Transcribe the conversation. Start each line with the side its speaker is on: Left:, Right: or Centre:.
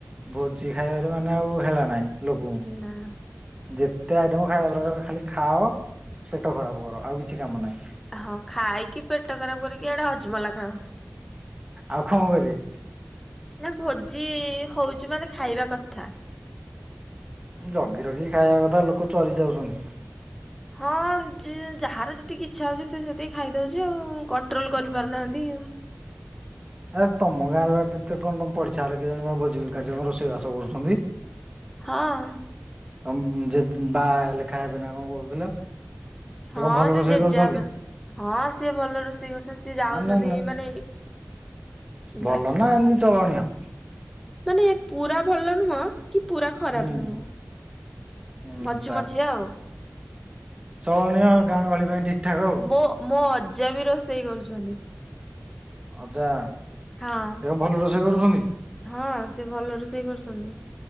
Right: ଭୋଜି ଖାଇବାରେ ମାନେ ଆଉ ହେଳା ନାହିଁ। ଲୋକଙ୍କୁ
Centre: ନା
Right: ଯେ ତେ ଆଇଟମ ଖାଇବା ପ୍ରକାର ଖାଲି ଖାଅ ପେଟ ଖରାପ କର ଆଉ କିଛି କାମ ନାହିଁ।
Centre: ହଁ ଖାଇକି ପେଟ ଖରାପ କରିକି ଇଆଡେ ହଜମଲା ଖାଅ।
Right: ଆଉ କଣ କରିବେ?
Centre: ନା ଭୋଜି ହଉଛି ମାନେ ଖାଇବା କଥା।
Right: ଜଗି ରଖି ଖାଇବା କଥା ଲୋକ ଚରି ଯାଉଛନ୍ତି।
Centre: ହଁ ଯାହାର ଯେତିକି ଇଛା ହଉଛି ସେ ସେତିକି ଖାଇଦଉଛି ଆଉ କନ୍ ଟ୍ରୋଲ
Right: ହୁଁ
Centre: କରିପାରୁନାହାନ୍ତି ଆଉ।
Right: ଏ ତମ ଗାଁରେ ବା କେତେ କଣ ପଡିଶା ଘରେ କିଏ ଜଣିବା ଭୋଜି କାର୍ଯ୍ୟକ୍ରମ ରୋଷେଇବାସ କରୁଛନ୍ତି?
Centre: ହଁ।
Right: ତ ଯେ ବା ଲେଖା ହେବେନା କଣ କହୁଥିଲ ସେ
Centre: ହଁ
Right: କଣ ଭଲ
Centre: ସେ
Right: ରୋଷେଇ
Centre: ଜେଜେବାପା
Right: କରୁଛନ୍ତି?
Centre: ହଁ ସିଏ ଭଲ ରୋଷେଇ କରୁଛନ୍ତି ସିଏ ଯାଉଛନ୍ତି
Right: ମାନେ
Centre: ମାନେ
Right: ଭଲ
Centre: ଡା
Right: ନା ଏମିତି ଚଳଣିଅ?
Centre: ମାନେ ପୁରା ଭଲ ନୁହଁ। କି ପୁରା ଖରାପ
Right: ହୁଁ
Centre: ନୁହଁ।
Right: ଏମିତି
Centre: ମଝି ମଝି ଆଉ।
Right: ଚଳଣିୟ
Centre: ସି
Right: ଆଉ ଗାଁ ଗହଳି ପାଇଁ ଠିକ୍ ଠାକ୍ ଆଉ।
Centre: ମୋ ମୋ ଅଜା ବି ରୋଷେଇ କରୁଛନ୍ତି।
Right: ଅଜା।
Centre: ହଁ
Right: ସେ କଣ ଭଲ ରୋଷେଇ କରୁଛନ୍ତି?
Centre: ହଁ ସେ ଭଲ ରୋଷେଇ କରୁଛନ୍ତି।